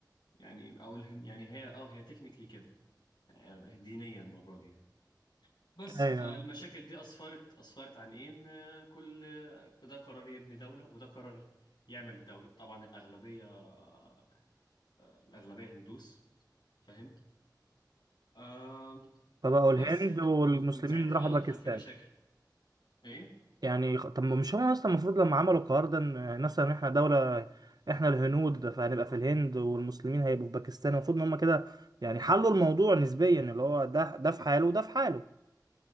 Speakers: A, on the left; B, on the right.
A: يعني او الهن يعني هي اه هي تكنيكلي كده يعني دينيا المرة دي يعني. بس
B: ايوه
A: فالمشاكل دي اسفرت اسفرت عن ايه ان آه، كل آه، ده قرر يبني دولة وده قرر يعمل الدولة طبعا الاغلبية آه، الاغلبية هندوس فاهم آه
B: فبقوا
A: وبس
B: الهند
A: يعني
B: والمسلمين
A: ومن ساعتها
B: راحوا
A: بقى وانت
B: باكستان
A: في مشاكل ايه
B: يعني خ- طب مش هم اصلا المفروض لما عملوا القرار ده إن مثلا احنا دولة احنا الهنود فهنبقى في الهند والمسلمين هيبقوا في باكستان المفروض ان هم كده يعني حلوا الموضوع نسبيا اللي هو ده ده في حاله وده في حاله